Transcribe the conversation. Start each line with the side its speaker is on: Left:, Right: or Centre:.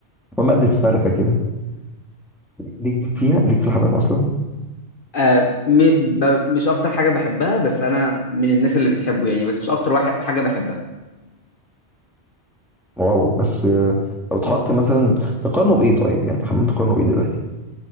Centre: حمامة قد الفرخة كده ليك فيها ليك في الحمام أصلا
Left: آه م ب مش أكتر حاجة بحبها بس أنا من الناس اللي بتحبه يعني بس مش أكتر واحد حاجة بحبها
Centre: واو بس آه، لو اتحط مثلا تقارنه بإيه طيب يعني الحمام تقارنه بإيه دلوقتي